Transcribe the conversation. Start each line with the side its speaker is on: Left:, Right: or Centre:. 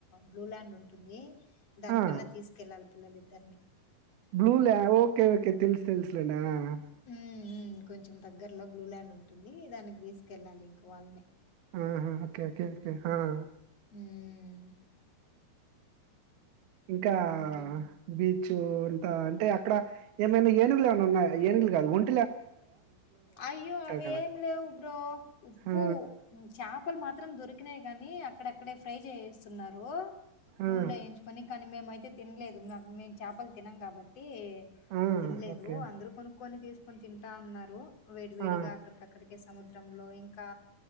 Left: బ్లూ ల్యాండ్ ఉంటుంది. దానికన్నా
Right: ఆ
Left: తీసుకెళ్ళాలి. పిల్లలిద్దరిని
Right: బ్లూ ల్యాం ఓకే ఓకే తెలుసు తెలుసులేండా ఆ ఆ
Left: ఉహ్మ్ కొంచెం దగ్గరలో బ్లూల్యాండ్ ఉంటుంది. దానికి తీసుకెళ్ళాలి ఇంకా వాళ్ళని
Right: ఆహ్ ఆ ఓకే ఓకేకే ఆహ్ ఆ
Left: ఉహ్మ్
Right: ఇంకా
Left: ఇంకేంటి?
Right: బీచు అంతా అంటే అక్కడ ఏమైనా ఏనుగులు ఏమైనా ఉన్నాయా, ఏనుగులు కాదు వోన్.
Left: అయ్యో అవేం
Right: కదా
Left: లేవు బ్రో, ఉప్పు
Right: ఆ
Left: చేపలు మాత్రం దొరికినాయి. కాని అక్కడ అక్కడే ఫ్రై చేయిస్తున్నారు నూనేలో
Right: ఆ
Left: వేయించుకొని కానీ మేమై అయితే తినలేదు మాక్ మేం చేపలు తినం కాబట్టి
Right: ఆ
Left: ట్టి తినలేదు
Right: ఓకే
Left: అందరుూ కొనుక్కొని తీస్ కొని తింటా ఉన్నారు వేడి వేడిగా
Right: ఆ
Left: అక్కడికక్కడి ఏ సముద్రంలో ఇంకా